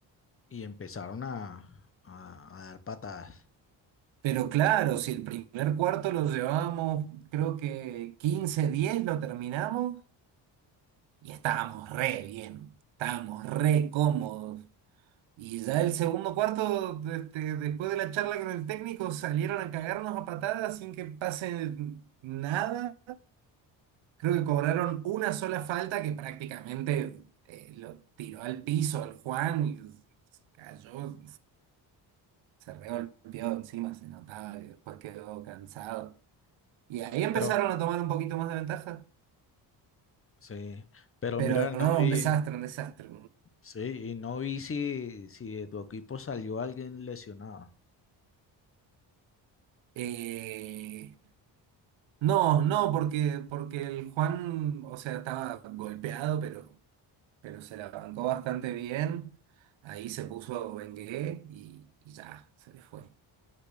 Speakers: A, on the left (about 25°); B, on the right (about 70°).
A: y empezaron a, a- a dar patadas.
B: Pero claro, si el primer cuarto lo llevamos, creo que quince diez lo terminamos. Y estábamos re bien, estábamos re cómodos. Y ya el segundo cuarto, este, después de la charla con el técnico, salieron a cagarnos a patadas sin que pase nada. Creo que cobraron una sola falta que prácticamente eh, lo tiró al piso al Juan y cayó, se regolpeó encima, se notaba y después quedó cansado. Y ahí empezaron
A: Pero,
B: a tomar un poquito más de ventaja.
A: sí, pero
B: Pero
A: mira, no
B: no,
A: vi,
B: un desastre, un desastre.
A: sí, y no vi si, si de tu equipo salió alguien lesionado.
B: Eh, No, no, porque, porque el Juan, o sea, estaba golpeado, pero, pero se la bancó bastante bien. Ahí se puso Bengué y, y ya, se le fue. O